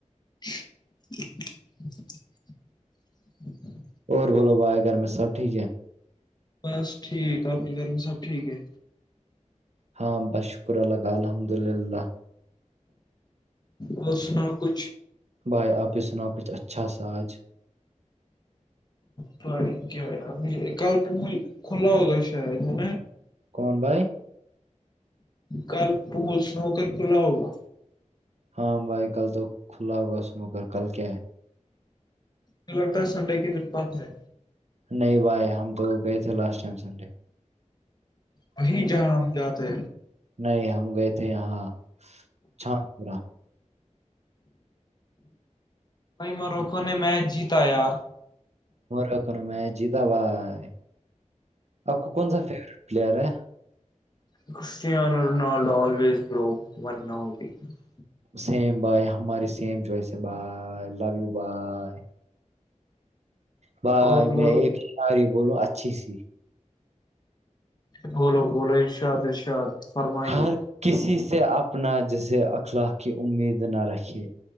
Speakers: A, on the left; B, on the right.
A: <inaudible>
B: اور بولو بائے گھر میں سب ٹھیک ہے
A: بس ٹھیک اپنے گھر میں سب ٹھیک ہے
B: ہاں بس شکر اللہ الحمد للہ
A: اور اسنا کچھ
B: بھائی آپ یہ سناؤ کچھ اچھا سا آج
A: س ج کال پ کھلا ہوگا س م
B: کون بھائی
A: کل تو اسن ہو کر کھلا ہوگا
B: ہاں بھائی کل تو کھلا ہوگا سنو کر کل کیا ہے
A: مجھے لگتا ہے سنڈے کے دن بات ہے
B: نہیں بھائی ہم تو گئے تھے لاسٹ ٹائم سنڈے
A: وہیں جہاں ہم جاتے
B: نہیں ہم گئے تھے یہاں چھانان پورا
A: م رخو نے مچ جیتا آیا
B: مو کو ن میچ جیتا بھائی آپ کو کون سا فیورٹ پلیئر ہے
A: کرسان ر آزو
B: سیم بائے ہماری سیم جوائس ہے بائے لو یو بائے بائی
A: اور
B: میں
A: بولو
B: ایک ساری بولوں اچھی سی
A: بولو بولو ارشاد ارشاد فرمائیے
B: ہر کسی سے اپنا جسے اخلاق کی امید نہ رکے